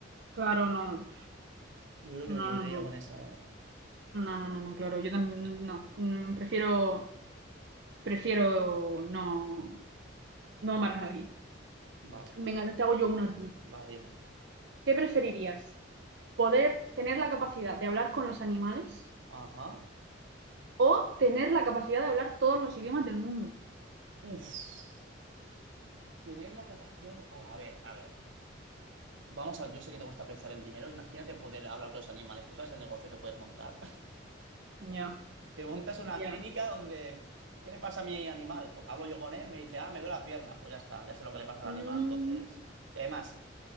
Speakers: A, on the right; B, on the right.
A: Claro, no,
B: yo creo
A: no,
B: que me quedaría
A: no, no,
B: con esa, ¿eh?
A: no, no, no, no, claro, yo también, no, Mm, prefiero, prefiero no, no amar a nadie.
B: Vale,
A: Venga, te hago yo una a ti.
B: va, dime.
A: ¿Qué preferirías? ¿Poder tener la capacidad de hablar con los animales
B: Ajá.
A: o tener la capacidad de hablar todos los idiomas del mundo?
B: Uf. Tener la capacidad. o a ver, a ver. Vamos a. Yo sé que te gusta pensar en dinero. Imagínate poder hablar con los animales. ¿Tú sabes el negocio que puedes montar?
A: Ya,
B: Te montas una
A: ya.
B: clínica donde, ¿qué le pasa a mi animal? Pues hablo yo con él, me dice, ah, me duele la pierna. Pues ya está, ya sé lo que le pasa al
A: Mm,
B: animal. Entonces, y además,